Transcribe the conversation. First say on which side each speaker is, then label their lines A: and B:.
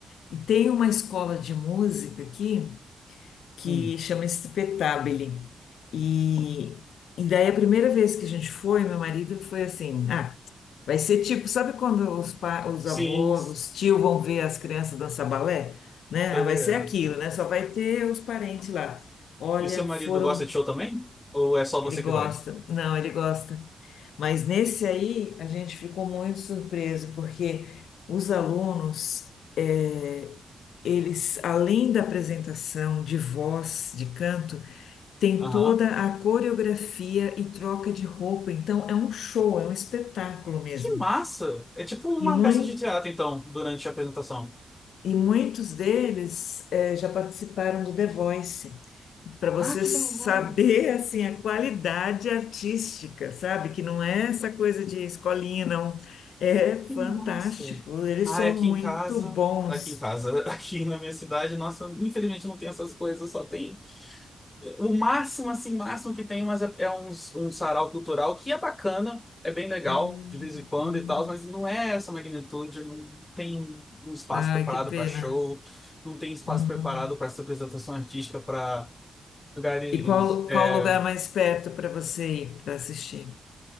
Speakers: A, on the left; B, on the left.
A: E tem uma escola de música aqui que
B: hum.
A: chama Spetabile. E, e daí a primeira vez que a gente foi, meu marido foi assim, ah, vai ser tipo, sabe quando os, pa, os
B: Sim,
A: avós, os tios vão ver as crianças dançar balé? Né?
B: tá
A: Ah,
B: ligado.
A: Vai ser aquilo, né? Só vai ter os parentes lá. Olha,
B: E o seu marido
A: foram
B: gosta de show também? Ou é só
A: ele
B: você
A: gosta,
B: que vai?
A: não, ele gosta. Mas nesse aí a gente ficou muito surpreso, porque os alunos, eh, eles, além da apresentação de voz, de canto, tem
B: Aham.
A: toda a coreografia e troca de roupa. Então é um show, é um espetáculo mesmo.
B: Que massa! É tipo uma
A: E mui-
B: peça de teatro, então, durante a apresentação.
A: E muitos deles eh, já participaram do The Voice. Para você
B: Ah, que
A: saber
B: legal!
A: assim a qualidade artística, sabe? Que não é essa coisa de escolinha, não. É fantástico.
B: Que massa!
A: Eles
B: Ah,
A: são
B: é aqui
A: muito
B: em casa.
A: bons.
B: Aqui em casa, <laughs> aqui na minha cidade, nossa, infelizmente não tem essas coisas, só tem. O máximo, assim, máximo que tem, mas é, é uns, um sarau cultural que é bacana, é bem legal,
A: Hum,
B: de vez em quando
A: hum.
B: e tal, mas não é essa magnitude, não tem um espaço
A: Ai,
B: preparado
A: que pena.
B: para show, não tem espaço
A: Uhum.
B: preparado para essa apresentação artística para lugares.
A: E qual,
B: é,
A: qual o lugar mais perto para você ir para assistir?